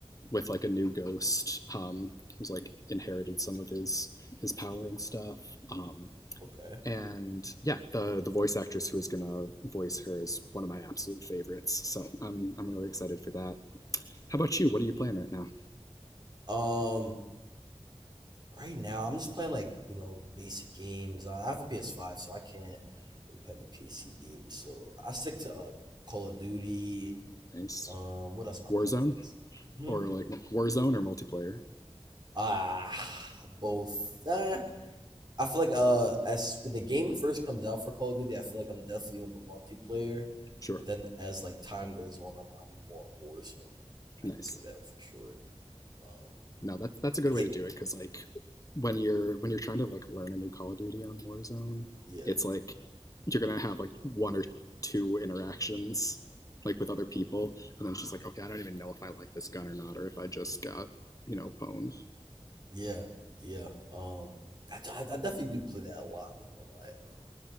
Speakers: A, on the left (about 30°); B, on the right (about 40°).
A: with like a new ghost um, who's like inherited some of his his power and stuff. Um,
B: Okay.
A: and yeah, the the voice actress who is gonna voice her is one of my absolute favorites. So I'm I'm really excited for that. How about you? What are you playing right now?
B: Um right now I'm just playing like, you know, basic games. I have the PS5, so I can't really play any PSC games. So I stick to uh Call of Duty.
A: Nice.
B: Um what else am I
A: Warzone
B: playing? Like
A: or
B: hmm?
A: like Warzone or multiplayer?
B: Ah both uh, I feel like uh as when the game first comes out for Call of Duty, I feel like I'm definitely on the multiplayer,
A: Sure.
B: but then as like time goes on, I'm, I'm more on Warzone. I
A: Nice.
B: can say that for sure. Um,
A: no, that's that's a good
B: yeah,
A: way to do it because like when you're when you're trying to like learn a new Call of Duty on Warzone,
B: yeah,
A: it's like you're gonna have like one or two interactions like with other people, and then it's just like okay, I don't even know if I like this gun or not, or if I just got you know pwned.
B: <laughs> yeah, yeah, yeah. Um, I, I, I definitely do play that a lot. I'm not gonna lie. Um,